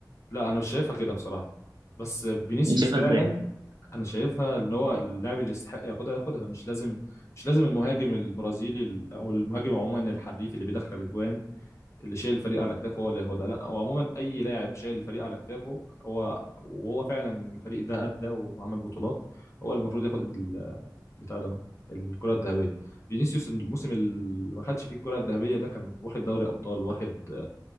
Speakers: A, on the left; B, on the right.
A: لا انا مش شايفها كده بصراحة بس فينيسيوس
B: انت شايفها
A: فعلا
B: ازاي؟
A: انا شايفها ان هو اللاعب اللي يستحق ياخدها ياخدها مش لازم مش لازم المهاجم البرازيلي ال- او المهاجم عموما الحريف اللي بيدخل اجوان اللي شايل الفريق على كتافه هو اللي هو ده لا هو عموما اي لاعب شايل الفريق على كتافه هو وهو فعلا الفريق ده ادى وعمل بطولات هو المفروض ياخد ال- بتاع ده الكرة الذهبية فينيسيوس الموسم اللي ما خدش فيه الكرة الذهبية ده كان واخد دوري ابطال واخد آه،